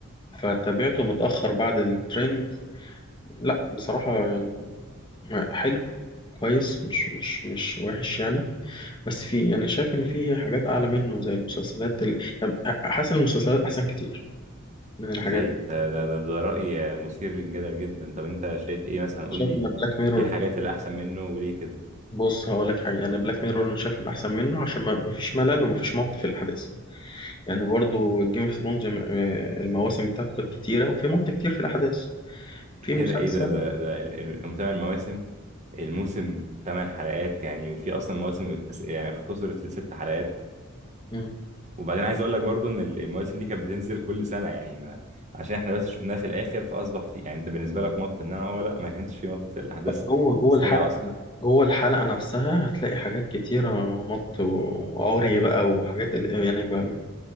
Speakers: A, on the left; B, on the right.
A: فتابعته متأخر بعد الترند لا بصراحة يعني ما- حلو كويس مش مش مش وحش يعني بس في يعني شايف إن في حاجات أعلى منه زي المسلسلات اللي يعني ح- حاسس إن المسلسلات أحسن كتير من الحاجات
B: زي ده ده ده, ده راي مثير للجدل جدا طب انت شايف ايه مثلا قول
A: شايف
B: لي
A: إن بلاك ميرور
B: ايه الحاجات اللي احسن منه وليه كده
A: بص هقول لك حاجه انا بلاك ميرور انا شايف انه احسن منه عشان ما مفيش ملل ومفيش مط في الاحداث يعني برضو جيم اوف ثرونز المواسم بتاعته كانت كتيره وفي مط كتير في الاحداث
B: كتير
A: في مسلسل
B: ايه ده ده ده ال- ال- هم تمن مواسم الموسم ثمان حلقات يعني وفي اصلا مواسم بتقس- يعني اختصرت لست حلقات
A: مم.
B: وبعدين عايز اقول لك برضو ان ال- المواسم دي كانت بتنزل كل سنه يعني ما عشان احنا بس شفناها في الاخر فاصبح في يعني انت بالنسبه لك مط ان انا هو لا ما كانش في مط الاحداث
A: بقى جوه جوه
B: سريعه
A: الحلقه
B: اصلا
A: جوه الحلقه نفسها هتلاقي حاجات كتيره مط و- وعري بقى وحاجات ال- يعني بقى-